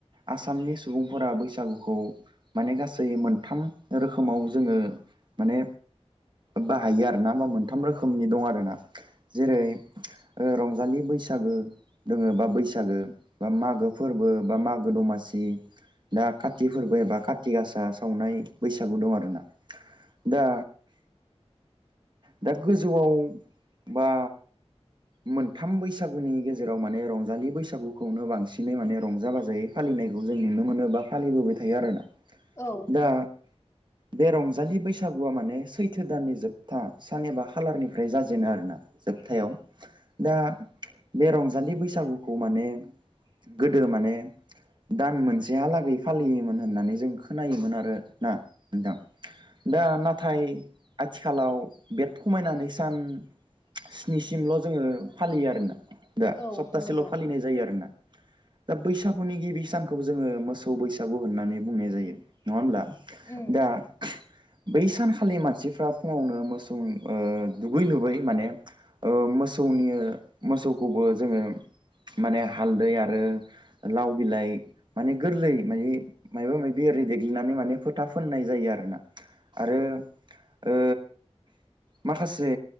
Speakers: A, on the right; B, on the left.
A: आसामनि सुबुंफोरा बैसागुखौ माने गासै मोनथाम रोखोमाव जोङो माने बाहायो आ दा होमबा मोन्थाम रोखोमनि दं आरोना। जेरै ओ रंजालि बैसागो दोङो बा बैसागो बा मागो फोरबो बा मागो दमासि उम दा काति फोर्बो एबा काति गासा सावनाय बैसागु दं आरोना। दा दा गोजौआव बा मोन्थाम बैसा गुनि गेजेराव माने रंजालि बैसागुखौनो बांसिनै माने रंजा बाजायै फालिनायखौ जों नुनो मोनो बा फालिबोबाय थायो आरोना।
B: औ
A: दा बे रंजालि बैसागु <unintelligible> माने सैथो दाननि जोब था सान एबा खालारनिफ्राय जाजेनो आरोना जोबथायाव। दा बे रंजालि बैसागुखौ माने गोदो माने दान मोनसेहालागै फालियोमोन होन्नानै जों खोनायोमोन आरोना नोंथां। दा नाथाय आथि खालाव बे खमायनानै सान स्निसिमल' जोङो फालियो आरोना। दा
B: औ
A: सप्तासेल
B: नंगौ
A: फालिनाय जायो आरोना। दा बैसागुनि गिबि सानखौ जोङो मोसौ बैसागु होननानै बुंनाय जायो नङा होमब्ला।
B: उम
A: दा बै सान खालि मानसिफ्रा फुङावनो मोसौ ओ दुगै लुबै माने ओ मोसौनि मोसौखौबो जोङो माने हालदै आरो लाव बिलाय माने गोर्लै माने मायबा माबि ओरै देग्लिनानै माने फोथा फोन्नाय जायो आरोना। आरो ओ माखासे